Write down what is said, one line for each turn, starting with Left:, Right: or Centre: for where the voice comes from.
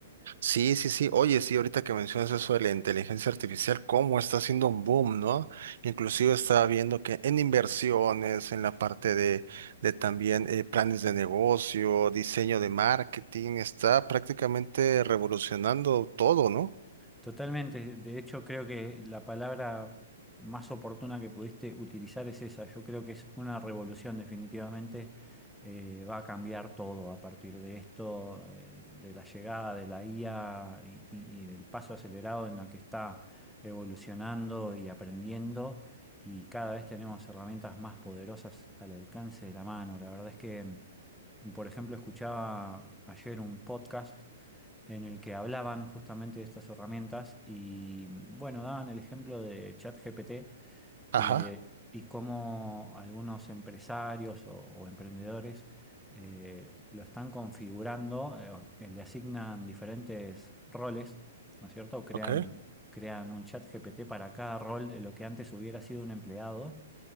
Right: Sí, sí, sí. Oye, sí, ahorita que mencionas eso de la inteligencia artificial, cómo está haciendo un boom, ¿no? Inclusive estaba viendo que en inversiones, en la parte de, de también eh, planes de negocio, diseño de marketing, está prácticamente revolucionando todo, ¿no?
Centre: Totalmente. De hecho, creo que la palabra más oportuna que pudiste utilizar es esa. Yo creo que es una revolución, definitivamente. Eh, va a cambiar todo a partir de esto, eh, de la llegada de la IA y, y- y del paso acelerado en la que está evolucionando y aprendiendo. Y cada vez tenemos herramientas más poderosas al alcance de la mano. La verdad es que, por ejemplo, escuchaba ayer un podcast en el que hablaban justamente de estas herramientas y bueno, daban el ejemplo de ChatGPT
Right: Ajá.
Centre: eh, y cómo algunos empresarios o, o emprendedores eh, lo están configurando, eh, o que le asignan diferentes roles, ¿no es cierto? Crean,
Right: Ok.
Centre: crean un ChatGPT para cada rol de lo que antes hubiera sido un empleado